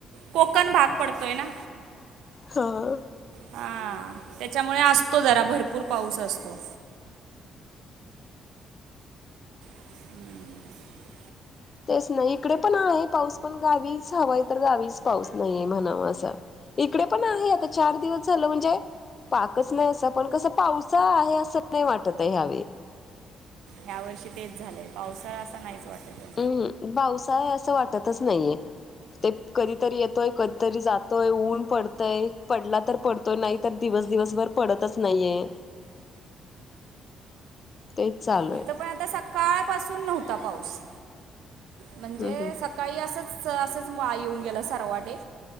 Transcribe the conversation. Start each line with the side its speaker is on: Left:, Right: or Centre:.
Right: कोकण भाग पडतोय ना?
Left: हां.
Right: हां. त्याच्यामुळे असतो जरा, भरपूर पाऊस असतो. हम्म.
Left: तेच ना. इकडे पण आहे पाऊस. पण गावीच हवा आहे तर गावीच पाऊस नाहीये म्हणावा असा. इकडे पण आहे. आता चार दिवस झालं म्हणजे- पाकच नाही असा. पण कस पावसाळा आहे असं नाही वाटत आहे ह्यावे-
Right: या वर्षी तेच झालंय पावसाळा असा नाहीच वाटत ए.
Left: हम्म. पावसाळा ए असं वाटतच नाहीये. ते कधीतरी येतोय. कधीतरी जातोय. ऊन पडतय पडला तर पडतो. तो नाही तर दिवस दिवसभर पडतच नाहीये. तेच चालू
Right: इथं
Left: आहे.
Right: पण आता सकाळपासून नव्हता पाऊस. म्हणजे
Left: हम्म
Right: सका- -काळी असंच असंच <unintelligible> येऊन गेला. सर्वटे